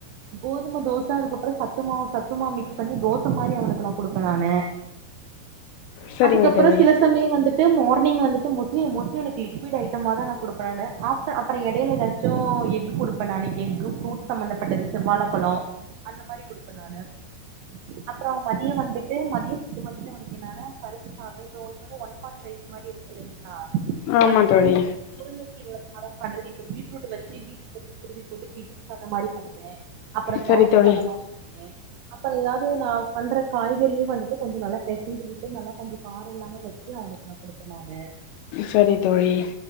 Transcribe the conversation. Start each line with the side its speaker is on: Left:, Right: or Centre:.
Right: கோதுமை தோச அதுக்கப்பற சத்துமாவ் சத்துமாவ் மிக்ஸ் பண்ணி தோச மாரி அவனுக்கு நா குடுப்ப நானு
Left: சரிங்க
Right: அதுக்கப்ற
Left: தோழி
Right: சில சமய வந்துட்டு மார்னிங் வந்துட்டு மோஸ்லி மோஸ்லி அவனுக்கு லிக்விட் ஐட்டமாதா நா குடுப்ப நானு ஆப்ட் அப்பற எடையில எதாச்சும எக்கு குடுப் ப்ப நானு எக்கு ஃப்ரூட் சம்பந்தப்பட்டது செவ்வாழ பழ அந்த மாரி குடுப்ப நானு அப்ற மதிய வந்துட்டு மதியம் ஃபுட்டு் வந்துட்டு அவனுக்கு என்னனா பருப்பு சாத இப்ப உங்களுக் வந்து ஒன் பாட் ரைஸ் மாரி இருக்குல்லைங்களா
Left: ஆமா
Right: அந்த முருங்கை
Left: தோழி
Right: முருங்கக்கீரல சாதம் பண்றது இப்ப பீட்ரூட் வச்சு பீட்ரூட் வச்சு துருவி போட்டு பீட்ரூட் சாத மாரி பண்ணுவே அப்ற
Left: சரி
Right: கேரட்
Left: தோழி
Right: சாத மாரி பண்ணுவே அப்ற எதாவது நா பண்ற காய்கறியே வந்துட்டு கொஞ்சோ நல்லா பெசஞ்சு விட்டு நல்லா கொஞ்சோ கார இல்லாம வச்சு அவ நெஸ்ட் நா குடுப்ப நானு
Left: சரி தோழி